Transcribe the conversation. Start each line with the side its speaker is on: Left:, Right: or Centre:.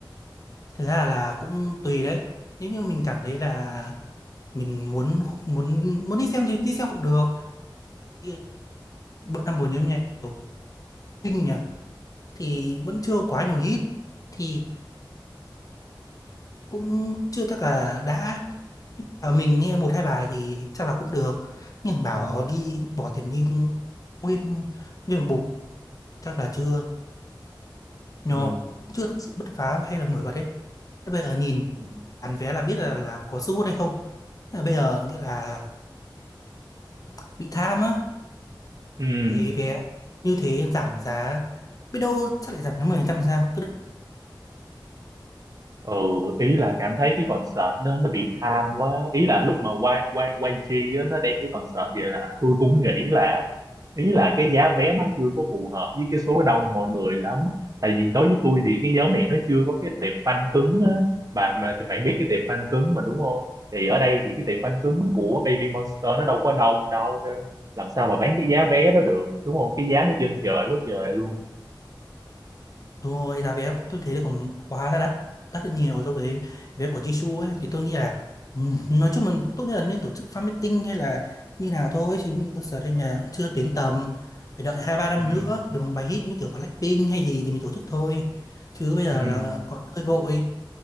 Left: Thật ra là cũng tùy đấy. Nếu như mình cảm thấy là mình muốn muốn muốn đi xem thì đi xem cũng được. Thì Bữa năm bốn nhóm nhạc của Vinh nhỉ thì vẫn chưa quá nhiều hit thì cũng chưa chắc là đã À, mình nghe một hai bài thì chắc là cũng được nhưng bảo
Right: ừ
Left: ờ, đi bỏ tiền đi nguyên nguyên một bộ chắc là chưa nó
Right: ừ
Left: chưa thực sự bứt phá hay là nổi bật đấy thế bây giờ nhìn
Right: ừ
Left: bán vé là biết là là có sức hút hay không thế là bây giờ nghĩa là bị tham á
Right: ừ
Left: về vé như thế giảm giá biết đâu chắc lại giảm đến 10% sao
Right: ừ ý là cảm thấy cái concert nó nó bị tham quá ý là lúc mà quay quay quay chi á, nó đem cái concert vậy là tôi cũng nghĩ là ý là cái giá vé nó chưa có phù hợp với cái số đông mọi người lắm tại vì đối với tôi thì cái nhóm này nó chưa có cái tệp fan cứng á bà mà thì bạn biết cái tệp fan cứng mà đúng không thì ở đây thì cái tệp fan cứng của Baby Monster nó đâu có đông đâu nên làm sao mà bán cái giá vé đó được đúng không cái giá nó trên trời quá trời luôn
Left: Đúng rồi, giá vé tôi thấy là còn quá là đắt, đắt hơn nhiều so với vé của Jisoo ấy. Thì tôi nghĩ là ừm, nói chung là tốt nhất là nên tổ chức fan meeting hay là như nào thôi. Chứ mình giờ đây là cũng chưa đến tầm, phải đợi hai ba năm
Right: ừ
Left: nữa, được một bài hit như kiểu Blackpink hay gì thì mình tổ chức thôi. Chứ bây giờ
Right: ừ
Left: là còn hơi vội,